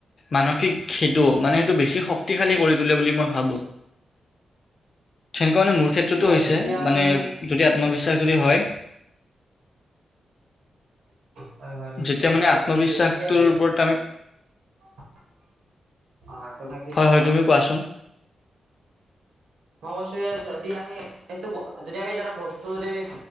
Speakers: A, on the left; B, on the right.
A: মানসিক সেইটো মানে বেছি শক্তিশালী কৰি তোলে বুলি মই ভাবো তেনেকুৱা মানে মোৰ ক্ষেত্ৰতো
B: হয়
A: হৈছে
B: যেতিয়া আমি
A: মানে যদি আত্মবিশ্বাস যদি হয়
B: হয় হয় নিশ্চয়
A: যেতিয়া মানে
B: যদি
A: আত্মবিশ্বাসটোৰ
B: আমি
A: ওপৰত আমি
B: <inaudible> অ আে কি
A: হয়
B: বেলা
A: হয়
B: কচোন
A: তুমি কোৱাচোন।
B: অৱ <unintelligible> যদি আমি এইটো যদি আমি এটা বস্তু যদি আমি